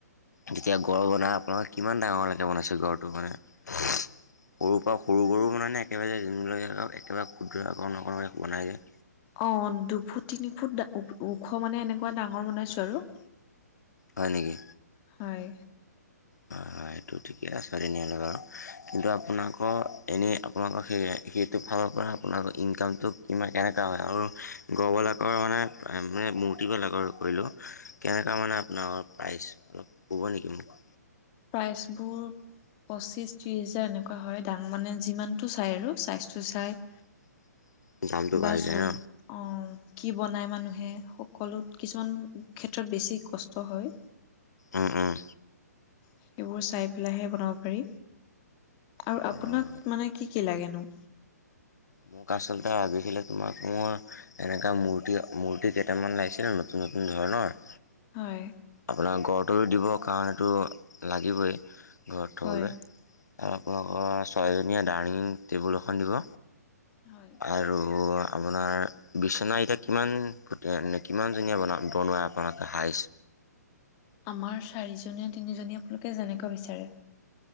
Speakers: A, on the left (about 75°); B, on the left (about 30°).
A: যেতিয়া গড় বনাই আপোনালোকে কিমান ডাঙৰলেকে বনাইছে গড়টো মানে? <unintelligible> সৰুৰ পৰা সৰু গঁড়ো বনাই নে একেবাৰে দিনকে একেবাৰে ক্ষুদ্ৰ অকণ অকণ বনাই যায়।
B: অ, দুফুট, তিনি ফুট ওখ মানে এনেকুৱা ডাঙৰ বনাইছো আৰু।
A: হয় নেকি?
B: হয়।
A: হয়, হয় সেইটো ঠিকেই আছে তেনেহলে বাৰু, কিন্তু আপোনালোকৰ এনেই আপোনালোকৰ সেই সেইটো ফালৰ পৰা আপোনালোকৰ ইনকামটো কিমান কেনেকুৱা হয়? আৰু গঁড়বিলাকৰ মানে মূৰ্তি বেলাগৰ কৰিলো কেনেকুৱা মানে আপোনাৰ প্ৰাইচ অলপ ক'ব নেকি মোক?
B: প্ৰাইজ বোৰ পঁচিছ, ত্ৰিছ হোজাৰ এনেকুৱা হয় দাম মানে। যিমানটো চাই আৰু চাইজটো চাই।
A: <inaudible>
B: বাজুত
A: বাঢ়ি যায় ন?
B: অ কি বনায় মানুহে সকলোত কিছুমান ক্ষেত্ৰত বেছি কষ্ট হয়।
A: উ উম
B: সেইবোৰ চাই পেলাইহে বনাব পাৰি। আৰু
A: অ
B: আপোনাক মানে কি কি লাগেনো?
A: মোক আচলতে লাগিছিলে তোমাক মোৰ এনেকোৱা মূৰ্তি মূৰ্তি কেইটামান লাগিছিলে নতুন নতুন ধৰণৰ।
B: হয়।
A: আপোনাৰ গড়টো দিব কাৰণ এইটো লাগিবই ঘৰত থ'বলৈ।
B: হয়
A: আৰু আপোনালোকৰ ছয়জনীয়া ডাইনিং টেবুল এখন দিব।
B: হয়।
A: আৰু আপোনাৰ বিচনা এতিয়া কিমান ফুটিয়া কিমানজনীয়া বনা বনোৱা? অক হাইছ
B: আমাৰ চাৰিজনীয়া তিনিজনী আপোনালোকে যেনেকৈ বিচাৰে